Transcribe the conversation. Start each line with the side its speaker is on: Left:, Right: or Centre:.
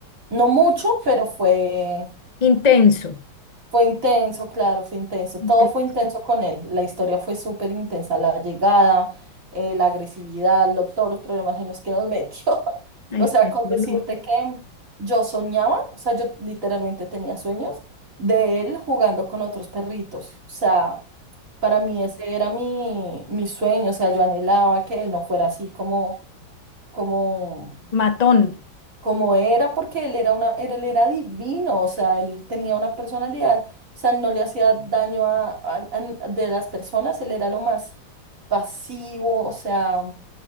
Right: No mucho, pero fue
Left: intenso.
Right: Fue intenso, claro, fue intenso.
Left: Entonces,
Right: Todo fue intenso con él. La historia fue súper intensa. La llegada, eh, la agresividad, lo- todos los problemas en los que nos metió. <laughs>
Left: ay,
Right: O sea,
Left: qué
Right: con
Left: loco.
Right: decirte que yo soñaba, o sea, yo literalmente tenía sueños de él jugando con otros perritos. O sea, para mí ese era mi, mi sueño. O sea, yo anhelaba que él no fuera así como, como
Left: Matón.
Right: como era, porque él era una, era- él era divino, o sea, él tenía una personalidad, o sea, él no le hacía daño a, a- a- n- de las personas, él era lo más pasivo, o sea,